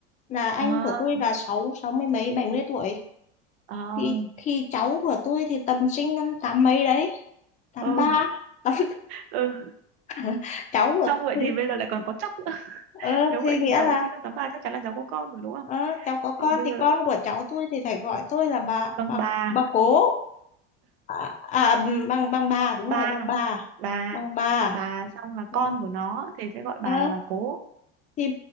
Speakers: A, on the left; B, on the right.
A: là anh
B: à
A: của tôi là sáu sáu mươi mấy bảy mươi tuổi
B: à
A: thì thì cháu của tôi thì tầm sinh năm tám mấy đấy tám
B: ừ
A: ba tám
B: ừ
A: <laughs> cháu của
B: xong vậy
A: tôi
B: thì bây giờ lại còn có chắc nữa <laughs>
A: ờ,
B: nếu
A: thì
B: vậy
A: nghĩa
B: thì cháu
A: là
B: sinh năm tám ba chắc chắn là cháu có con rồi đúng không
A: ờ, cháu có
B: vậy
A: con
B: thì bây
A: thì
B: giờ
A: con của cháu tôi thì phải gọi tôi là bà
B: bằng
A: bà
B: bà
A: bà cố à, à băng băng bà đúng
B: ba
A: rồi băng bà
B: bà
A: băng bà
B: bà xong là
A: ừ.
B: con của nó thì sẽ gọi bà
A: Ờ,
B: là bà cố
A: thì